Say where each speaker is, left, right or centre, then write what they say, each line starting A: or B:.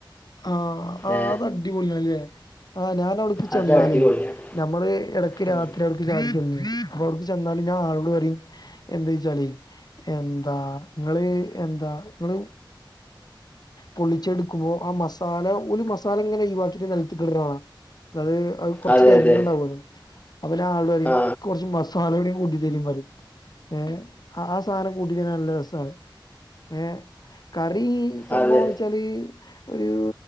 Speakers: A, on the left; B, on the left.
A: ആഹ ആ്
B: ഏ
A: അത്ടിപൊളിിയല്ലേ ആ് ഞാനവിടെ
B: അത് അടിപൊളിയാണ്
A: ാല നമ്മള് ഇടക്ക് രാത്രി
B: ഉം.
A: ഇ അപ്പൊ അവർക്ക് ചെന്നാലും ഞാൻ ആളോട് പറയും എന്താച്ചളി എന്താ നിങ്ങള് എന്താ നിങ്ങള് പൊള്ളിച്ചെടുക്കുമ്പോ ആഹ് മസാല ഓല് മസാല ഇങ്ങനെ ഒയിവാക്കിട്ട് നിലത്തിക്കിട ടാ അത് കൊറച്ചെ
B: അതെ
A: കരിഞ്ഞതുണ്ടാവുമല്ലോ
B: അതെ
A: അവര് ആള
B: ആ
A: കൊറച്ചെ മസാല പാലടയും കൂട്ടി തരും അത് ഏ ആഹ് ആ സാധനം കൂട്ടി തിന്നാൻ നല്ല രസാണെ ഏഹ് കറീ സമ്പെച്ചാല്
B: അതെ
A: ഒരു